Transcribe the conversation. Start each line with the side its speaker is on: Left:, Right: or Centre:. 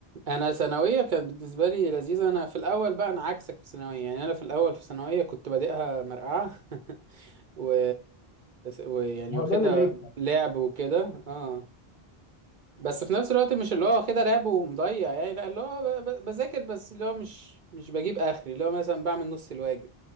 Right: انا ثانويه كانت بالنسبه لي لذيذه انا في الاول بقى انا عكسك في ثانويه يعني انا في الاول في ثانويه كنت بادئها مرقعه <laughs> و... ويعني
Left: ما
Right: واخدها
Left: هو ده اللي بيكفي
Right: لعب وكده اه بس في نفس الوقت مش اللي هو واخدها لعب ومضيع يعني لا اللي هو ب- ب- بذاكر بس اللي هو مش مش بجيب اخري اللي هو مثلا بعمل نص الواجب